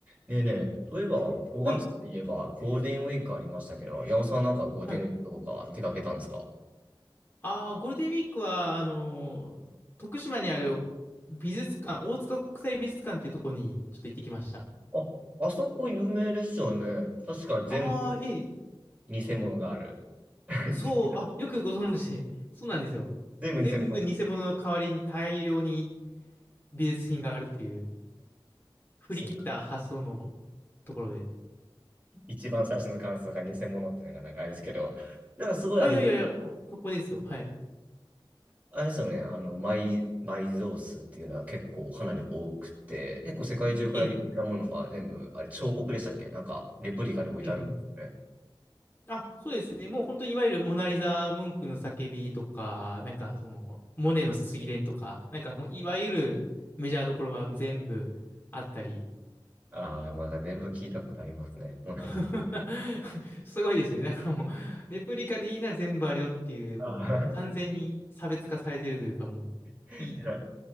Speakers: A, on the right; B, on the left.
A: ねえねえ、そういえば5月といえばゴールデンウィークありましたけど、
B: はい。
A: 山本さんなんかゴールデンウィークどこか出かけたんですか
B: はい。ああ、ゴールデンウィークは、あのー徳島にある美術館、大塚国際美術館っていうところにちょっと行ってきました。
A: あ、あそこ有名ですよね。確か全部
B: ああ、ええ。
A: 偽物がある。<laughs>
B: そう、あ、よくご存知で。そうなんですよ。
A: 全部偽物で
B: 全部偽物の代わりに大量に美術品があるっていう、振り切った発想の
A: す。
B: ところで。
A: 一番最初の感想が偽物っていうのがなんかあれですけど、なんかすごいあれ、
B: あ、いやいやいや、もうそこですよ。はい。
A: あれですよね、あの、埋、埋蔵数っていうのは結構かなり多くて、結構世界中から有名なものが全部、
B: ええ。
A: あれ彫刻でしたっけなんかレプリカで置いてあるんですよね。
B: うんうん。あ、そうですね。もう本当にいわゆるモナリザ・ムンクの叫びとか、なんかその、モネの睡蓮とか、なんかもういわゆるメジャーどころは全部あったり。
A: ああ、なんか全部聞いたことありますね。もうない。
B: <laughs> すごいですね。だからもう、レプリカでいいな全部あるよっていう、
A: あー
B: もう完全に差別化されてるというか、もう、
A: <laughs>
B: いい。
A: な